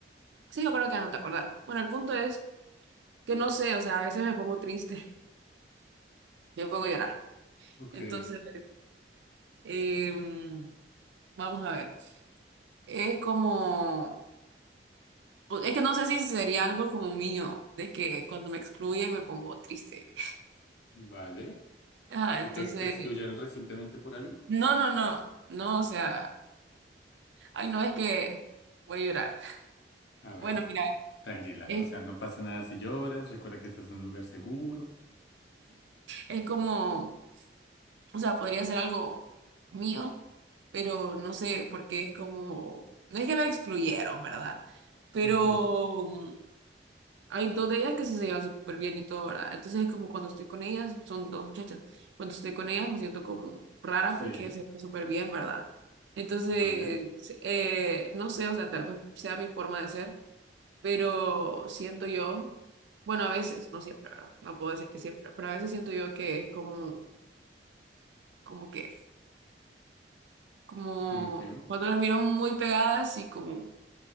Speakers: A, on the right (about 85°); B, on the left (about 75°).
A: Sí, yo creo que ya no te acordás. Bueno, el punto es que no sé, o sea, a veces me pongo triste, <laughs> me pongo a llorar.
B: Ok,
A: Entonces, em, vamos a ver. Es como... Pues, es que no sé si sería algo como mío, de que cuando me excluyen me pongo triste. <laughs>
B: vale.
A: Ajá,
B: ¿Y
A: entonces,
B: te, te excluyeron recientemente por algo?
A: no, no, no, no, o sea, ay, no, es que voy a llorar.
B: A ver,
A: Bueno, mira,
B: tranquila,
A: es,
B: o sea, no pasa nada si lloras, recuerda que estás en un lugar seguro.
A: es como, o sea, podría ser algo mío, pero no sé, porque es como, no es que me excluyeron, ¿verdad? Pero
B: Ujú,
A: Hay dos de ellas que sí se llevan súper bien y todo, ¿verdad? Entonces es como cuando estoy con ellas, son dos muchachas, cuando estoy con ellas me siento como rara
B: Sí,
A: porque ellas se llevan súper bien, ¿verdad? Entonces,
B: vale.
A: eh, no sé, o sea, tal vez sea mi forma de ser, pero siento yo, bueno, a veces, no siempre, ¿verdad? No puedo decir que siempre, pero a veces siento yo que es como, como que, como
B: ¿Cómo que?
A: cuando las miro muy pegadas y como